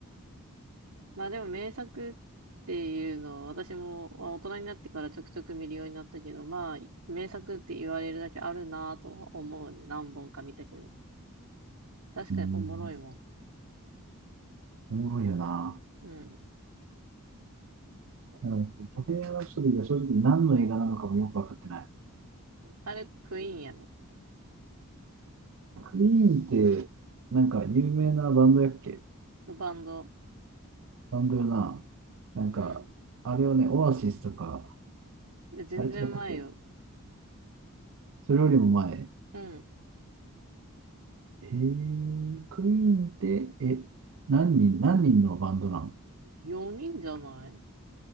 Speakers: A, on the right; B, on the right.
A: まあでも名作っていうのは私もまあ大人になってからちょくちょく見るようになったけど、まあ名作って言われるだけあるなぁとは思うね。何本か見たけど。確かにおもろいもん。
B: うん、おもろいよな。
A: うん。
B: なんかボヘミアン・ラプソディが正直何の映画なのかもよくわかってない。
A: あれクイーンやろ。
B: クイーンって、なんか有名なバンドやっけ
A: バンド。
B: バンドよな。なんか、
A: うん。
B: あれをね、オアシスとか、
A: いや全然前よ。
B: あれ違ったっけそれよりも前。へ
A: うん。
B: えー、クイーンって、え、何人、何人のバンドなんあ
A: 4人じゃない